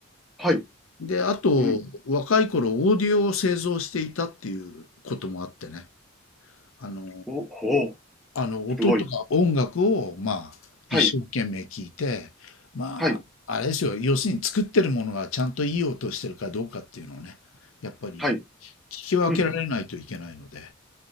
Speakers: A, in the centre; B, on the left.
A: はい。
B: で、あと、
A: うん。
B: 若い頃、オーディオを製造していたっていうこともあってね。あの、
A: お、ほう。
B: あの、音とか音楽を、
A: すごい。
B: まあ、
A: はい。
B: 一生懸命聞いて、まあ、
A: はい。
B: あれですよ。要するに作ってるものがちゃんといい音してるかどうかっていうのをね、やっぱり
A: はい。
B: 聞き分けられないといけないので。
A: うん。